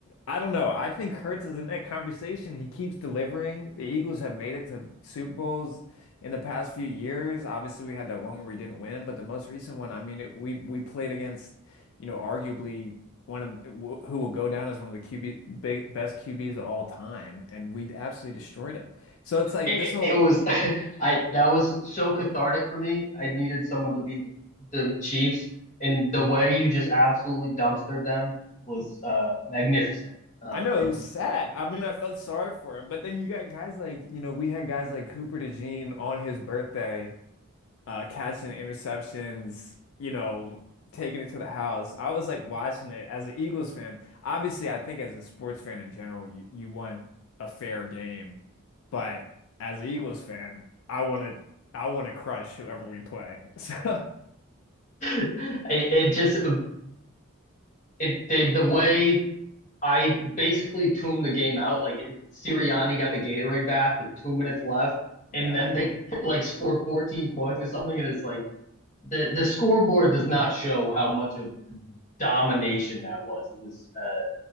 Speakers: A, on the left (about 80°); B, on the left (about 35°).
A: I don't know. I think Hurts is in that conversation. He keeps delivering. The Eagles have made it to Super Bowls in the past few years. Obviously, we had that one where we didn't win, but the most recent one, I mean, it, we we played against, you know, arguably one of w- who will go down as one of the QB big, best QBs of all time, and we absolutely destroyed him. So it's like
B: It,
A: this whole.
B: it was <laughs> I that was so cathartic for me. I needed someone to beat the, the Chiefs, and the way you just absolutely dumpstered them was uh, magnificent. Um,
A: I know
B: it,
A: it was sad. I mean, I felt sorry for him, but then you got guys like, you know, we had guys like Cooper DeJean on his birthday. uh, catching interceptions, you know, taking it to the house. I was like watching it as an Eagles fan. Obviously, I think as a sports fan in general, you, you want a fair game, but as an Eagles fan, I want to I want to crush whoever we play. <laughs> So,
B: <laughs> it, it just it the, the way I basically tuned the game out. Like it, Sirianni got the Gatorade bath with two minutes left,
A: yeah.
B: and then they like scored 14 points or something, and it's like the the scoreboard does not show how much of domination that was. It was a